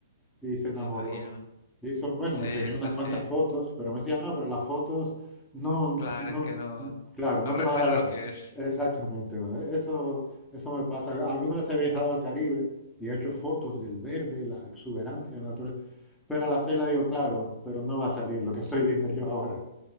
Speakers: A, in the centre; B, on the left.
A: y se enamoró.
B: me imagino.
A: Hizo, bueno,
B: Sí,
A: me enseñó
B: es
A: unas
B: así.
A: cuantas fotos, pero me decía, no, pero las fotos, no,
B: Claro,
A: no,
B: es que no,
A: claro,
B: no
A: no
B: refleja
A: te van a dar las...
B: lo que es.
A: Exactamente, ¿no? eso, eso me pasa. Alguna vez he viajado al Caribe y he hecho fotos del verde, la exuberancia de la naturaleza, pero a la cela digo, claro, pero no va a salir lo que estoy viendo yo ahora.